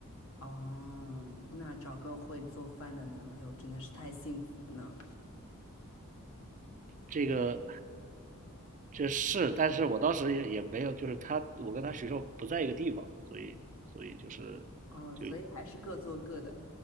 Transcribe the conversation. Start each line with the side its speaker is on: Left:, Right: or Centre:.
Left: 哦，那找个会做饭的男朋友真的是太幸福了呢。
Right: 这个
Left: 嗯
Right: 这是，但是我当时也也没有，就是他，我跟他学校不在一个地方，所以所以就是就
Left: 哦，所以还是各做各的。